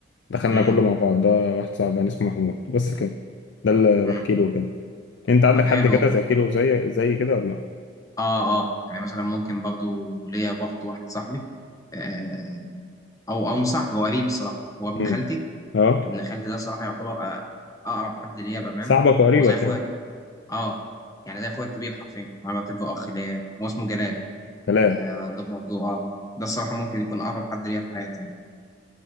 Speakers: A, on the left (about 65°); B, on the left (about 20°).
A: دخلنا
B: امم
A: كله مع بعض ده واحد صاحبي يعني اسمه محمود بس كده ده اللي
B: امم
A: بحكي له كده أنت عندك
B: طب
A: حد
B: حلو
A: كده
B: والله
A: تحكي له زي زي كده ولا لأ؟
B: اه اه يعني مثلا ممكن برضه ليا برضه واحد صاحبي آه او او مش صاحبي هو قريب الصراحه هو ابن
A: امم
B: خالتي
A: أه
B: ابن خالتي ده صراحه يعتبر أ- اقرب حد ليا بامانه
A: صاحبك وقريبك
B: وزي اخويا
A: يعني
B: اه يعني ده اخويا الكبير حرفيا انا بعتبره اخ ليا هو اسمه جلال
A: كلام
B: آه ده برضه اه ده الصراحه ممكن يكون اقرب حد ليا في حياتي يعني.